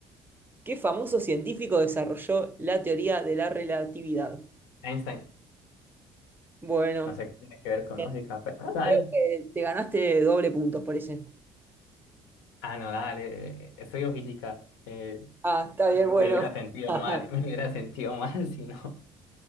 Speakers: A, on the right (about 15°); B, on the left (about 80°).
A: ¿qué famoso científico desarrolló la teoría de la relatividad?
B: Einstein,
A: Bueno,
B: no sé qué tiene que ver con
A: bien.
B: música, pero <laughs> ah, dale.
A: creo que te ganaste doble puntos por ese.
B: Ah, no, dale, eh, estudio física. eh,
A: Ah, está
B: me,
A: bien, bueno.
B: me hubiera sentido
A: <laughs>
B: mal, <laughs> me hubiera sentido mal si no.